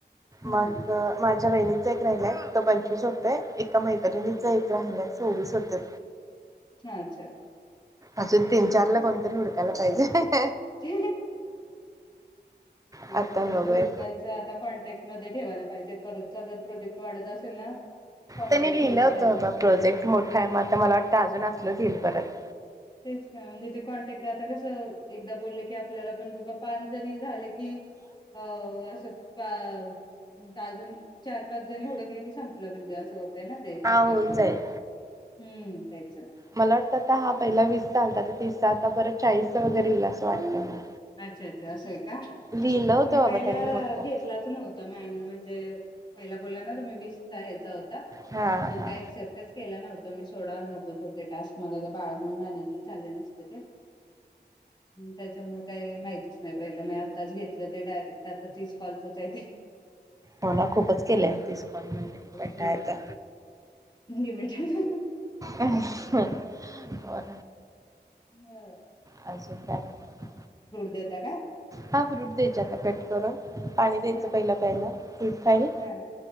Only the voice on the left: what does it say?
हम्म
हम्म
ह अच्छा
ठीक
<inaudible> ते
होय
ते हुडकायचे आता कॉन्टॅक्ट मध्ये ठेवायला पाहिजे परत सगळ्या प्रोजेक्ट वाढत असेल ना कॉन्टॅक्ट
ठेवले
पाहिजेत
तेच का म्हणजे ते कॉन्टॅक्ट <inaudible> कसं एकदा बोललं की आपल्याला पण बाबा पांच जणी झाले कि अ असं <inaudible> अजून चार पाच जणी हुडकलं की संपलं म्हणजे हो <inaudible> ना ते पाच
पाच कॉल
हम्म <inaudible>
अच्छा अच्छा असय का <inaudible>
मी
पहिला
घेतलाच नव्हता मॅडमनी <inaudible> ते तुम्ही पहिला बोलला ना वीसचा होता <inaudible> तो
काय अक्सेप्टच केला नव्हता मी सोडा नकोच होते टास्क मला बाळामुळे मॅनेजच झाले नसते ते त्याच्यामुळे माहितीच नाही पाहिल नाही आताच घेतलं ते डायरेक्ट आता तीस कॉलच च आहे ते.
तेच
लिमिटेड हंह
हम्
देता का
हा
हा